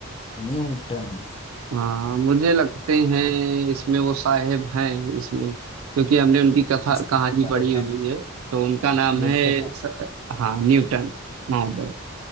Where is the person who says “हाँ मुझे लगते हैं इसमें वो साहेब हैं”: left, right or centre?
Right